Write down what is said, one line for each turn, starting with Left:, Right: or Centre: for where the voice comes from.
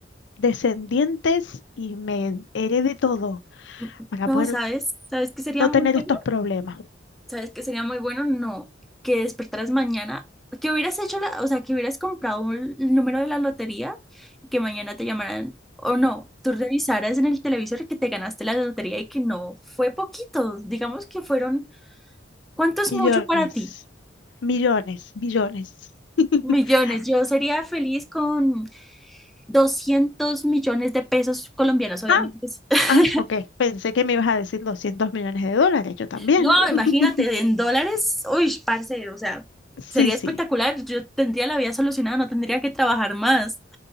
Left: descendientes y me herede todo
Centre: Mm,
Left: para
Centre: No,
Left: poder
Centre: ¿sabes? ¿Sabes qué sería
Left: no
Centre: muy
Left: tener
Centre: bueno?
Left: estos problemas.
Centre: ¿Sabes qué sería muy bueno? No, que despertaras mañana, que hubieras hecho la, o sea, que hubieras comprado un- el número de la lotería y que mañana te llamaran, o no, tú revisaras en el televisor que te ganaste la lotería y que no fue poquito, digamos que fueron, ¿cuánto es
Left: Millones,
Centre: mucho para ti?
Left: millones, millones.
Centre: Millones.
Left: <laughs>
Centre: Yo sería feliz con 200 millones de pesos colombianos, obviamente.
Left: Ah,
Centre: pues. <laughs>
Left: ah, ok. Pensé que me ibas a decir 200 millones de dólares, yo también.
Centre: No,
Left: <laughs>
Centre: imagínate, en dólares, uy, parce, o sea,
Left: Sí,
Centre: sería
Left: sí.
Centre: espectacular. Yo tendría la vida solucionada, no tendría que trabajar más